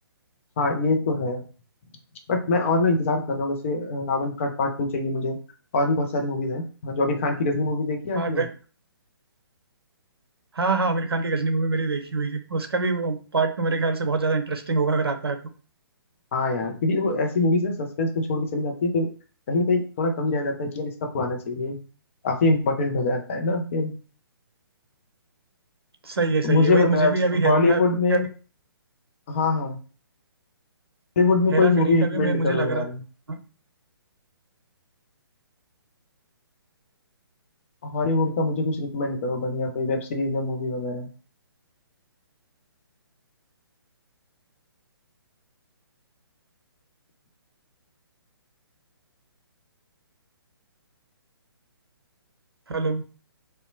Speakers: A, on the left (about 30°); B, on the right (about 80°).
A: हाँ ये तो है बट मैं और ना इंतजार कर रहा हूँ जैसे अ, रावण का पार्ट टू चाहिए मुझे और भी बहुत सारी मूवीज हैं हाँ, जो आमिर खान की गजनी मूवी देखी है
B: हाँ
A: आपने
B: ग... हाँ हाँ आमिर खान की गजनी मूवी मेरी देखी हुई है उसका भी पार्ट टू मेरे ख्याल से बहुत ज्यादा इंटरेस्टिंग होगा अगर आता है तो
A: हाँ यार क्योंकि वो ऐसी मूवीज ना सस्पेंस में छोड़ के चली जाती है फिर कहीं ना कहीं थोड़ा कमी रह जाता है कि यार इसका पुराना चाहिए काफी इंपॉर्टेंट हो जाता है ना फिर
B: सही है
A: तो
B: सही
A: मुझे
B: है वही
A: बता
B: मुझे भी अभी हेरा
A: हॉलीवुड
B: का
A: में
B: भी
A: हाँ हाँ हॉलीवुड में कोई
B: हेरा फेरी
A: मूवी रिकमेंड
B: का भी मैं मुझे
A: करो
B: लग
A: यार
B: रहा था हाँ,
A: हॉलीवुड का मुझे कुछ रिकमेंड करो बढ़िया कोई वेब सीरीज या मूवी वगैरह
B: हेलो